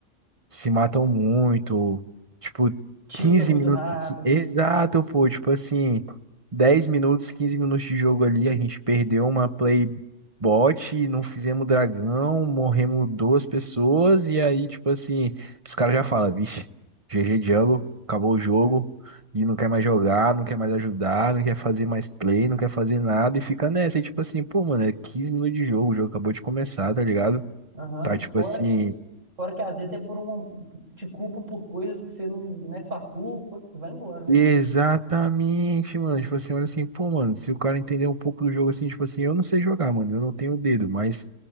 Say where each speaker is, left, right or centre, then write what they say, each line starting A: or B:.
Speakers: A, on the right; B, on the right.
A: se matam muito, tipo,
B: Tilta
A: 15
B: muito
A: minutos.
B: rápido.
A: que- Exato, pô, tipo assim, 10 minutos, 15 minutos de jogo ali, a gente perdeu uma play bot, não fizemos dragão, morremos duas pessoas, e aí, tipo assim, os caras já falam, vixe, GG Jungle, acabou o jogo. E não quer mais jogar, não quer mais ajudar, não quer fazer mais play, não quer fazer nada e fica nessa. E tipo assim, pô, mano, é 15 minutos de jogo, o jogo acabou de começar, tá ligado?
B: Aham.
A: Tá tipo
B: Fora
A: assim,
B: que, fora que às vezes é por um. Te culpam por coisas que você não, não é sua culpa. E vai embora, né,
A: Exatamente,
B: velho?
A: mano. Tipo assim, olha assim, pô, mano, se o cara entender um pouco do jogo assim, tipo assim, eu não sei jogar, mano, eu não tenho dedo, mas